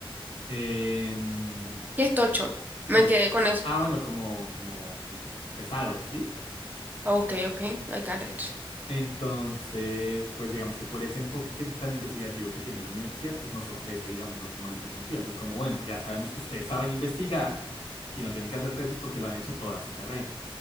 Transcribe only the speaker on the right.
¿Qué es tocho? Me
quedé con eso.
Ok, ok, I got it.